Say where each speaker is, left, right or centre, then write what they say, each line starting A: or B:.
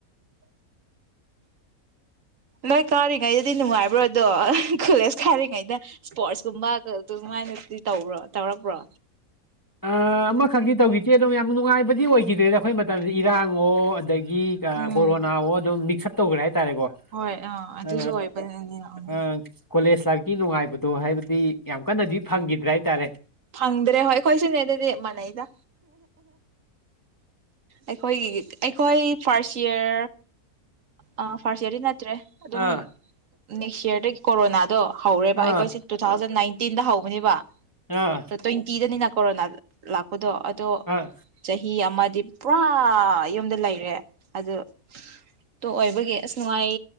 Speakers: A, on the right; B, on the left.
A: ꯅꯣꯏ ꯀꯥꯔꯤꯉꯩꯗꯗꯤ ꯅꯨꯡꯉꯥꯏꯕ꯭ꯔꯣ ꯑꯗꯣ ꯀꯣꯂꯦꯖ ꯀꯥꯔꯤꯉꯩꯗ ꯏꯁꯄꯣꯔꯠꯁꯀꯨꯝꯕ ꯑꯗꯨꯃꯥꯏꯅꯗꯤ ꯇꯧꯕ꯭ꯔꯣ ꯇꯧꯔꯛꯄ꯭ꯔꯣ
B: ꯑ ꯑꯃꯈꯤ ꯇꯧꯈꯤꯗꯦ ꯑꯗꯨꯝ ꯌꯥꯝꯅ ꯅꯨꯡꯉꯥꯏꯕꯗꯤ ꯑꯣꯏꯈꯤ ꯁꯤꯗꯗ ꯑꯩꯈꯣꯏ ꯃꯇꯝꯁꯤ ꯏꯔꯥꯡ ꯑꯗꯒꯤ
A: ꯎꯝ
B: ꯀꯣꯔꯣꯅꯥ ꯑꯗꯨꯝ ꯃꯤꯛꯁ ꯑꯞ ꯇꯧꯈ꯭ꯔꯦ ꯍꯥꯏ ꯇꯔꯦ ꯀꯣ
A: ꯍꯣꯏ ꯑꯥ ꯑꯗꯨꯁꯨ
B: ꯑ
A: ꯑꯣꯏꯕꯅꯤꯅ ꯎꯝ
B: ꯑ ꯀꯣꯂꯦꯖ ꯂꯥꯏꯐꯀꯤ ꯅꯨꯡꯉꯥꯏꯕꯗꯣ ꯍꯥꯏꯕꯗꯤ ꯌꯥꯝ ꯀꯟꯅꯗꯤ ꯐꯪꯈꯤꯗ꯭ꯔꯦ ꯍꯥꯏꯇꯥꯔꯦ
A: ꯐꯪꯗ꯭ꯔꯦ ꯍꯣꯏ ꯑꯩꯈꯣꯏꯁꯨꯅꯦ ꯑꯗꯨꯗꯤ ꯃꯥꯟꯅꯩꯗ ꯑꯩꯈꯣꯏꯒꯤ ꯑꯩꯈꯣꯏ ꯐꯥꯔꯁ ꯏꯔ ꯑ ꯐꯥꯔꯁꯔꯤ ꯅ ꯭ꯔꯦ ꯑꯗꯨꯝ
B: ꯑꯥ
A: ꯅꯦꯛꯁ ꯌꯌꯥꯔ ꯀꯣꯔꯣꯅꯥ ꯍꯧꯔꯦꯕ
B: ꯑꯥ
A: ꯑꯩꯈꯣꯏꯁꯤ ꯇꯨ ꯊꯥꯎꯖꯟ ꯅꯥꯏꯟꯇꯤꯟꯗ ꯍꯧ ꯑꯣꯅꯤꯕ
B: ꯑꯥ
A: ꯑ ꯏꯇꯤꯗꯅꯤꯅ ꯀꯣꯔꯣꯅꯥ ꯂꯥꯛꯄꯗꯣ ꯑꯗꯣ
B: ꯑꯥ
A: ꯆꯍꯤ ꯑꯃ ꯗꯤ ꯄꯨꯔꯥ ꯌꯨꯝꯗ ꯂꯩꯔꯦ ꯑꯗꯨ ꯇꯣ ꯑꯣꯏꯕꯒꯤ ꯑꯁ ꯅꯨꯡꯉꯥꯏ